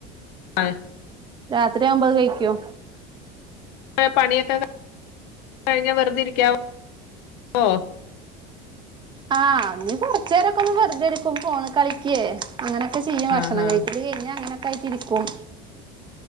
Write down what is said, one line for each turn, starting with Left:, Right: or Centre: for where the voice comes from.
Left: ആ
Right: രാത്രി ആവുബം അത് കഴിക്കോ
Left: പണിയൊക്കെ <inaudible> കഴിഞ്ഞ വെറുതരിക വൊ
Right: ആഹ് ഇഞ് കൊറച്ചെരോക്കെ ഒന്ന് വെറുതെരിക്കും ഫോണ് കളിക്കേ അങ്ങനെക്കെ ചെയ്യും
Left: ആഹ്
Right: ഭക്ഷണം
Left: ആഹ്
Right: കഴിക്കല് ഇഞ് അങ്ങനെയൊക്കാ ആയിട്ടിരിക്കും